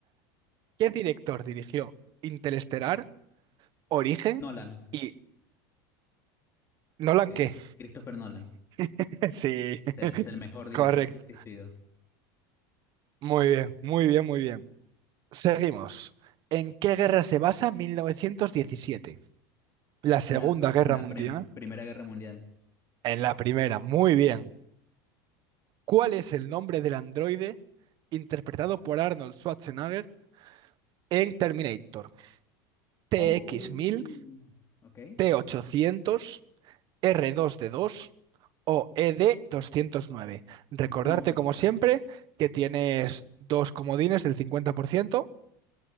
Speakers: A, on the right; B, on the left.
A: ¿Qué director dirigió Interestelar, Origen
B: Nolan,
A: y Nolan
B: Cri-
A: qué?
B: Christopher Nolan,
A: <laughs> Sí,
B: es el, es el mejor director
A: correcto.
B: que ha existido
A: Muy bien, muy bien, muy bien. Seguimos. ¿En qué guerra se basa 1917? La Segunda
B: en la,
A: Guerra
B: en la
A: Mundial.
B: prim- Primera Guerra Mundial.
A: En la primera, muy bien. ¿Cuál es el nombre del androide interpretado por Arnold Schwarzenegger en Terminator? T
B: Oh,
A: X mil,
B: ok.
A: t ochocientos. r dos d dos o E D doscientos nueve. Recordarte,
B: No.
A: como siempre, que tienes dos comodines del cincuenta por ciento.